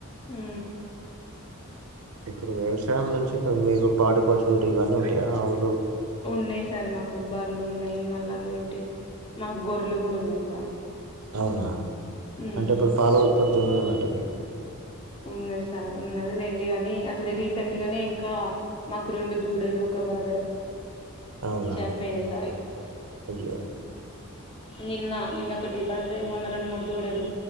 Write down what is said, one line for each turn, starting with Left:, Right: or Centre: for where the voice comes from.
Left: ఉ
Right: ఇప్పుడు వ్యవసాయం నుంచి కొ మీకు పాడి పశువులు ఇవన్నీ ఉంటాయా వావుు
Left: ఉన్నాయి సార్ మాకు బ్బార్లు ఉన్నాయి మళ్ళీ అందుతోటి మాకు గొర్రలు కూడా ఉన్నాయి సార్
Right: అవునా
Left: ఉమ్.
Right: అంటే ఇప్పుడు పాల ఉత్పత్తి ఉన్నదన్నట్టే మీకు
Left: ఉన్నది సార్ ఉన్నది లేంటి కాని అసలు రీసెంట్ గానే ఇంకా మకు రెండు దూడ లోక భారత
Right: అవునా
Left: చని పనే సార్
Right: అయ్యో
Left: నిన్న నిన్నొ ఒకటి బర్రే మొన్న రెండు మూడు దూడలు